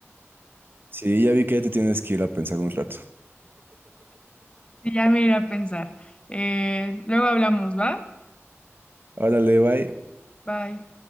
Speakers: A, on the right; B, on the left.
A: Sí, ya vi que ya te tienes que ir a pensar un rato.
B: Sí, ya me iré a pensar. Eh, luego hablamos, ¿va?
A: Órale, bye.
B: Bye.